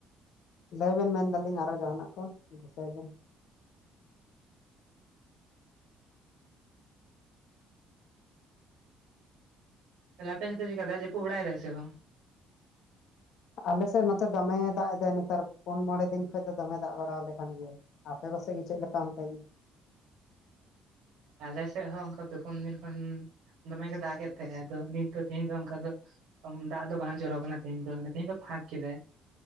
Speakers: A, on the left (about 60°); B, on the right (about 70°).
A: ᱞᱟᱹᱭ ᱵᱮᱱ ᱢᱮᱱᱫᱟᱞᱤᱧ ᱟᱨᱦᱚ ᱡᱟᱦᱟᱱᱟᱜ ᱠᱚ ᱫᱤᱥᱟᱹᱭ ᱵᱮᱱ?
B: ᱛᱟᱦᱮ ᱟᱯᱮ ᱥᱮᱫ ᱫᱚ ᱪᱮᱠᱟ ᱫᱟᱜ ᱡᱟᱹᱯᱩ ᱵᱟᱲᱟᱭ ᱫᱟᱭ ᱥᱮ ᱵᱟᱝ?
A: ᱟᱞᱮᱥᱮᱫ ᱱᱚᱛᱮ ᱫᱚᱢᱮ ᱫᱟᱜ ᱮᱫᱟᱭ ᱱᱮᱛᱟᱨ ᱯᱩᱱ ᱢᱚᱬᱮ ᱫᱤᱱ ᱠᱷᱚᱱ ᱫᱚ ᱫᱚᱢᱮ ᱫᱟᱜ ᱵᱟᱲᱟᱣᱟᱞᱮ ᱠᱟᱱ ᱜᱮᱭᱟ᱾ ᱟᱯᱮ ᱠᱚᱥᱮᱜ ᱜᱮ ᱪᱮᱫ ᱞᱮᱠᱟ ᱚᱱᱛᱮ ᱜᱮ?
B: ᱟᱞᱮ ᱥᱮᱫ ᱦᱚᱸ ᱚᱱᱠᱟ ᱯᱮ ᱯᱩᱱ ᱫᱤᱱ ᱠᱷᱚᱱ ᱫᱚᱢᱮ ᱜᱮ ᱫᱟᱜ ᱮᱫ ᱛᱟᱦᱮᱸᱫ ᱟᱫᱚ ᱱᱤᱛ ᱫᱚ ᱛᱮᱦᱤᱧ ᱫᱚ ᱚᱱᱠᱟ ᱫᱚ, ᱫᱟᱜ ᱫᱚ ᱵᱟᱝ ᱡᱚᱨᱚᱜ ᱠᱟᱱᱟ ᱛᱮᱦᱮᱧ ᱫᱚ, ᱛᱤᱦᱤᱧ ᱫᱚ ᱯᱷᱟᱸᱠ ᱠᱮᱫᱟ᱾